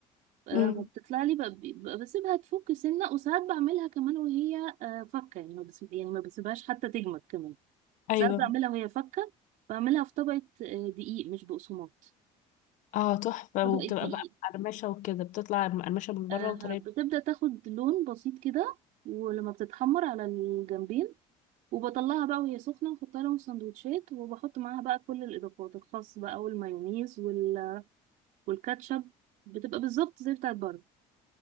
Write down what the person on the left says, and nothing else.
امم
ايوه
اه تحفه
وبتبقى
بقى مقرمشه وكده بتطلع مقرمشه من
بره وطريه